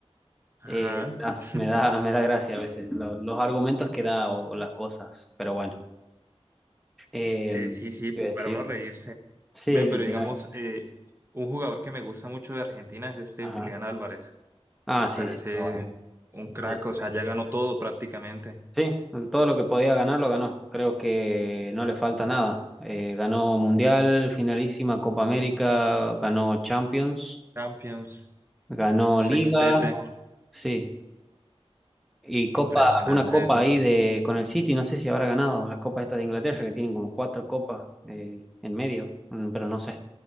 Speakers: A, on the right (about 25°); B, in the centre.
A: ajá.
B: Eh, ah,
A: <laughs>
B: me da, me da gracia a veces lo- los argumentos que da o, o las cosas, pero bueno. Eh,
A: Eh, sí, sí,
B: ¿qué iba a decir?
A: para uno reírse.
B: Sí,
A: Ven,
B: literal.
A: pero digamos, eh, un jugador que me gusta mucho de Argentina es este
B: Ajá.
A: Julián Álvarez.
B: Ah, sí,
A: Parece
B: sí. Ah, bueno.
A: un crack,
B: Sí, sí,
A: o sea,
B: sí.
A: ya ganó todo prácticamente.
B: Sí, todo lo que podía ganar lo ganó. Creo que no le falta nada. Eh, ganó Mundial, finalísima Copa América, ganó Champions,
A: Champions,
B: ganó
A: sextete,
B: Liga, sí. Y copa,
A: impresionante.
B: una copa ahí de con el City, no sé si habrá ganado las copas estas de Inglaterra, que tienen como cuatro copas eh, en medio, mm, pero no sé.